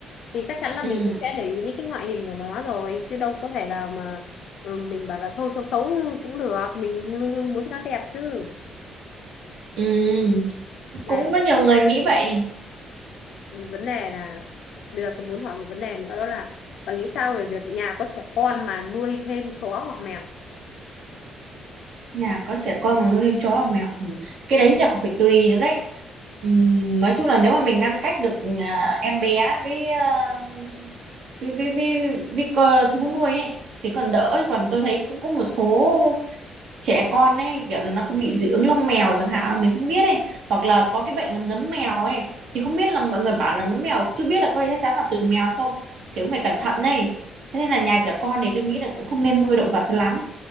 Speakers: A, on the left; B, on the right.
A: thì chắc chắn là
B: ừ.
A: mình cũng sẽ để ý đến cái ngoại hình của nó rồi chứ đâu có thể là mà ừ, mình bảo là thôi xấu xấu cũng được mình luôn luôn muốn cho nó đẹp chứ
B: ừ
A: đây
B: cũng có nhiều người nghĩ vậy
A: vấn đề là bây giờ tôi muốn hỏi một vấn đề nữa đó là bà nghĩ sao về việc nhà có trẻ con mà nuôi thêm chó hoặc mèo
B: nhà có trẻ con mà nuôi thêm chó và mèo ừ. cái đấy là còn phải tùy nữa đấy Ừm, nói chung là nếu mà mình ngăn cách được à, em bé với à, với với với, với co- thú nuôi ấy, thì còn đỡ còn tôi thấy cũng có một số trẻ con ấy kiểu là nó không bị dị ứng lông mèo chẳng hạn mình không biết ấy hoặc là có cái bệnh là nấm mèo ấy thì không biết là mọi người bảo là nấm mèo chưa biết là có phải chắc chắn là từ mèo hay không thì cũng phải cẩn thận đây thế nên là nhà trẻ con thì tôi nghĩ là cũng không nên nuôi động vật cho lắm